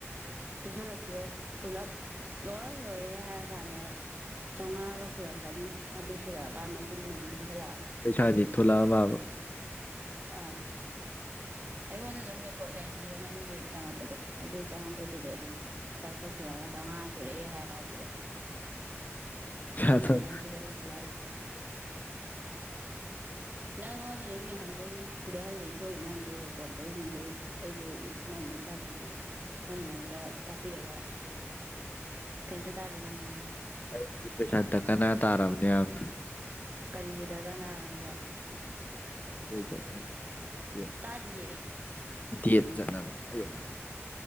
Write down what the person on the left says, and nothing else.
ꯄꯩꯁꯥꯗꯤ ꯊꯣꯛꯂꯛꯑꯕꯥꯕ
ꯄꯩꯁꯥꯗꯣꯀꯣ
ꯑꯩ ꯄꯩꯁꯥ ꯗꯥꯀꯥꯅ ꯇꯥꯔꯕꯅꯦ ꯌꯥꯝ
ꯀꯣꯏ ꯆꯠꯅ ꯗꯦꯠ
ꯗꯦꯠ ꯆꯠꯅꯕ ꯑꯩꯌꯣꯃꯥ